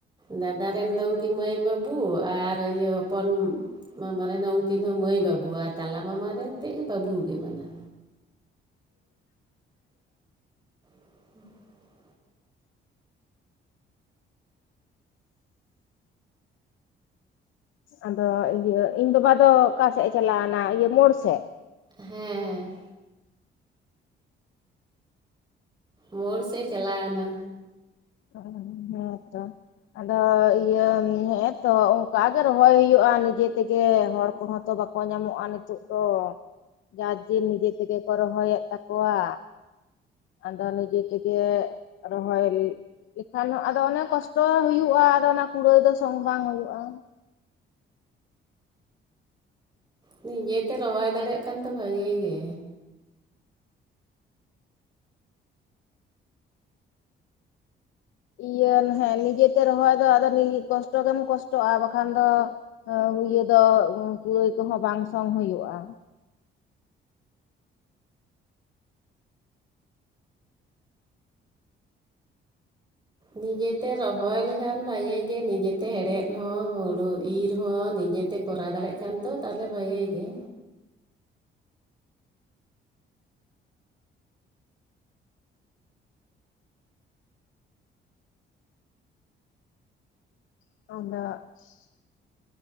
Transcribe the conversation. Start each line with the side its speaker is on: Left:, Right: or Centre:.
Right: ᱫᱟᱫᱟ ᱨᱮᱱ ᱫᱚ ᱩᱱᱠᱤᱱ ᱢᱟᱹᱭ ᱵᱟᱹᱵᱩ ᱟᱨ ᱤᱭᱟᱹ ᱦᱚᱯᱚᱱ ᱢᱟᱢᱟ ᱨᱮᱱ ᱦᱚᱸ ᱩᱱᱠᱤᱱ ᱦᱚᱸ ᱢᱟᱹᱭ ᱵᱟᱹᱵᱩ ᱟᱨ ᱛᱟᱞᱟ ᱢᱟᱢᱟᱨᱮᱱ ᱛᱮᱜ ᱜᱮ ᱵᱟᱹᱵᱩ ᱜᱮ ᱢᱟᱱᱮ᱾ <unintelligible>
Left: ᱟᱫᱚ ᱤᱭᱟᱹ ᱤᱧ ᱵᱟᱵᱟ ᱫᱚ ᱚᱠᱟᱥᱮᱜ ᱮ ᱪᱟᱞᱟᱣᱱᱟ ᱤᱭᱟᱹ ᱢᱳᱲ ᱥᱮᱜ?
Right: ᱦᱮᱸ ᱦᱮᱸ᱾ ᱢᱳᱲ ᱥᱮᱜ ᱮ ᱪᱟᱞᱟᱣᱱᱟ᱾
Left: ᱚ <unintelligible> ᱦᱮᱸ ᱦᱮᱸ ᱛᱚ, ᱟᱫᱚ ᱤᱭᱟᱹ ᱦᱮᱸᱛᱚ ᱚᱝᱠᱟᱜᱮ ᱨᱚᱦᱚᱭ ᱦᱩᱭᱩᱜ-ᱟ ᱱᱤᱡᱮ ᱛᱮᱜᱮ ᱦᱚᱲ ᱠᱚᱦᱚᱸ ᱛᱚ ᱵᱟ ᱠᱚ ᱧᱟᱢᱚᱜᱼᱟ ᱱᱤᱛᱚᱜ ᱫᱚ ᱡᱟᱨ ᱡᱤᱨ ᱱᱤᱡᱮ ᱛᱮᱜᱮ ᱠᱚ ᱨᱚᱦᱚᱭᱮᱜ ᱛᱟᱠᱚᱣᱟ᱾ ᱟᱫᱚ ᱱᱤᱡᱮ ᱛᱮᱜᱮ ᱨᱚᱦᱚᱭ ᱞᱮᱠᱷᱟᱱ ᱦᱚᱸ ᱟᱫᱚ ᱚᱱᱮ ᱠᱚᱥᱴᱚ ᱦᱩᱭᱩᱜᱼᱟ ᱟᱫᱚ ᱚᱱᱟ ᱠᱩᱲᱟᱹᱣ ᱫᱚ ᱥᱚᱝ ᱵᱟᱝ ᱦᱩᱭᱩᱜᱼᱟ᱾
Right: ᱱᱤᱡᱮᱛᱮ ᱨᱚᱦᱚᱭ ᱫᱟᱲᱮᱭᱟᱜ ᱠᱟᱱ ᱛᱚ ᱵᱷᱟᱜᱤ ᱜᱮ᱾
Left: ᱤᱭᱟᱹ ᱦᱮᱸ ᱱᱤᱡᱮᱛᱮ ᱨᱚᱦᱚᱭ ᱫᱚ ᱟᱫᱚ <unintelligible> ᱠᱚᱥᱴᱚ ᱜᱮᱢ ᱠᱚᱥᱴᱚᱜᱼᱟ ᱵᱟᱠᱷᱟᱱ ᱫᱚ, ᱚᱸ ᱤᱭᱟᱹ ᱫᱚ ᱠᱩᱲᱟᱹᱭ ᱠᱚᱦᱚᱸ ᱵᱟᱝ ᱥᱚᱝ ᱦᱩᱭᱩᱜᱼᱟ᱾
Right: ᱱᱤᱡᱮᱛᱮ ᱨᱚᱦᱚᱭ ᱞᱮᱠᱷᱟᱱ ᱵᱷᱟᱜᱮ ᱜᱮ ᱱᱤᱡᱮᱛᱮ ᱦᱮᱲᱦᱮᱫ ᱦᱚᱸ ᱦᱩᱲᱩ ᱤᱨ ᱦᱚᱸ ᱱᱤᱡᱮᱼ ᱛᱮ ᱠᱚᱨᱟᱣ ᱫᱟᱲᱮᱜ ᱠᱷᱟᱱ ᱛᱚ ᱛᱟᱦᱚᱞᱮ ᱵᱷᱟᱜᱮ ᱜᱮ᱾
Left: ᱟᱫᱚᱜ,